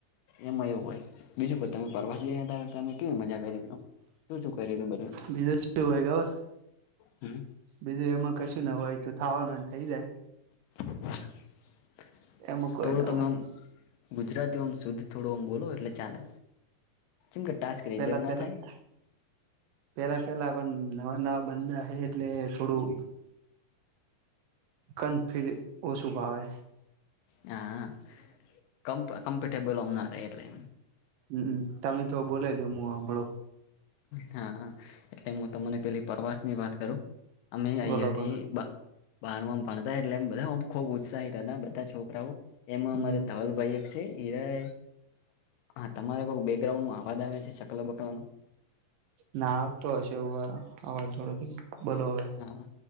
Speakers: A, on the left; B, on the right.
A: એમાં એવું હોય બીજું કોઈ તમે પર્વતીયાદમે મજા કરી શું, શું કરી તું બધું
B: બીજું શું હોય ખબર
A: હ
B: બીજું એમાં કશું ન હોય તો થાવાનું હોય એમ થઈ જાય
A: <unintelligible>
B: એમાં કોઈ ના હોય
A: ગુજરાતી ઓમ શુદ્ધ થોડું ઓમ બોલો એટલે ચાલે. જેમ કે ટાસ્ક રિજેક્ટ
B: પેલા-પેલા
A: ના થાય
B: પેલા-પેલા અપન નવા-નવા બંદા હે એટલે થોડું કન ફીર ઓશું ફાવે.
A: હા. કમ્ફ કમ્ફર્ટેબલ ઓમ ના રે એટલે.
B: હમ્મ-હમ્મ. તમે તો બોલેજો, હું હાંભળું.
A: હા‌, હા. એટલે હું તમને પેલી પરવાસની વાત કરું? અમે અહિયાંથી
B: બોલો કરો
A: બા બારમાંમ ભણતા એટલે અમે બધા ઓમ ખુબ ઉત્સાહિત હતા બધા છોકરાઓ, એમાં
B: હમ
A: અમારે ધવલભાઈ એક સે ઈ રેય, આ તમારે બોવ બેકગ્રાઉન્ડમાં આવાજ આવે સે, ચકલા બકલાનો
B: ના આવતો હશે એવું, અવાજ થોડો ધીમો, બોલો હવે.
A: હા.